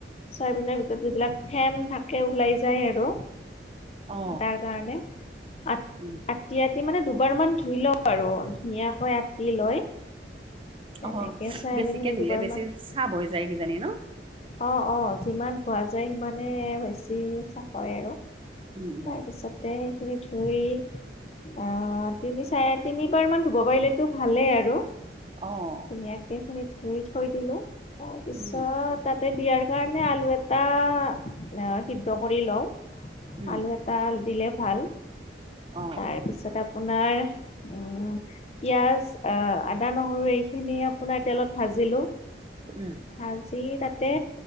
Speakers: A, on the left; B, on the right.
A: চয়বিনৰ ভিতৰত যিবিলাক ফেন থাকে ওলাই যাই আৰু
B: অ
A: তাৰকাৰনে আট
B: উম
A: আটি আ টি মানে দুবাৰ মান ধুই লওঁ আৰু ধুনীয়াকৈ আটি লৈ তেনেকে
B: অহ
A: চয়াবিনখিনি
B: বেছিকে ধুলে
A: দুবাৰমান
B: বেছি চাফ হৈ যায় কিজানি ন
A: অ' অ যিমান ধোৱা যায় সিমানে বেছি চাফা হয় আৰু
B: উম উম।
A: তাৰ পিছতে সেইখিনি ধুই অ', তিনি চাৰে তিনিবাৰমান ধুব পাৰিলেতো ভালেই আৰু
B: অ'
A: ধুনীয়াকে সেইখিনি ধুই থৈ দিলোঁ তাৰপিছত
B: উম
A: তাতে দিয়াৰ কাৰণে আলু এটা অ', সিদ্ধ কৰি লও
B: উম
A: আলু এটা দিলে ভাল
B: অ
A: তাৰপিছত আপোনাৰ উম পিঁয়াজ আহ আদা, নহৰু এইখিনি আপোনাৰ তেলত ভাজিলো
B: উম
A: ভাজি তাতে